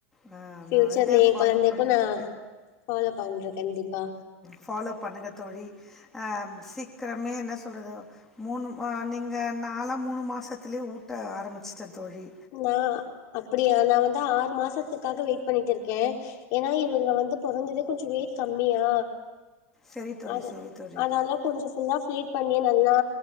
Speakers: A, in the centre; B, on the left.
A: நான்
B: ஃபியூச்சர்ல
A: நான் இதை
B: ஏ
A: ஃபாலோ
B: கொழந்தைக்கு
A: பண்ணுவேன்
B: நா ஃபாலோ பண்றே கண்டிப்பா
A: ஃபாலோ பண்ணுங்க தோழி சீக்கிரமே என்ன சொல்றது மூணு நீங்க நாள்ளா மூணு மாசத்துலயே ஊட்ட ஆரம்பிச்சட்டே தோழி
B: நா அப்படியா நா வந்து ஆறு மாசத்துகாக வெட் பண்ணிட்டு இருக்கே ஏன்னா இவங்க வந்து பொறந்ததே கொஞ்ச வெயிட் கம்மியா
A: சரி தோழி
B: அத
A: சரி தோழி
B: அதனால கொஞ்ச ஃபுல்லா ப்ளீட் பண்ணி நல்லா